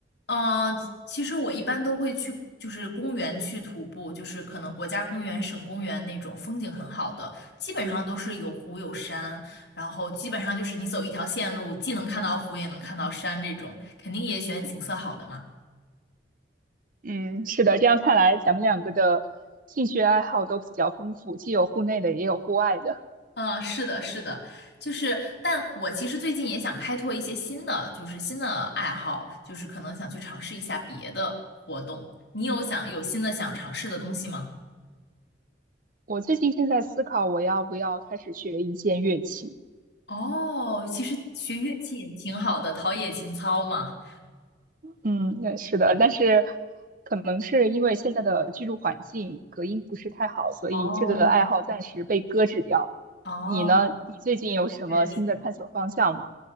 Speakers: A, on the left; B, on the right.
A: 呃，其实我一般都会去，就是公园去徒步，就是可能国家公园、省公园那种风景很好的，基本上都是有湖有山，然后基本上就是你走一条线路，既能看到湖，也能看到山，这种肯定也选景色好的嘛。
B: 嗯，是的，这样看来咱们两个的兴趣爱好都比较丰富，既有户内的，也有户外的。
A: 呃，是的，是的，就是，但我其实最近也想开拓一些新的，就是新的爱好，就是可能想去尝试一下别的活动。你有想有新的想尝试的东西吗？
B: 我最近正在思考我要不要开始学一件乐器，
A: 哦，其实学乐器也挺好的，陶冶情操嘛。
B: 嗯，那是的，但是可能是因为现在的居住环境隔音不是太好，所以这个爱好暂时被搁置掉。
A: 哦哦，
B: 你呢？你最近有什么新的探索方向吗？
A: 确实。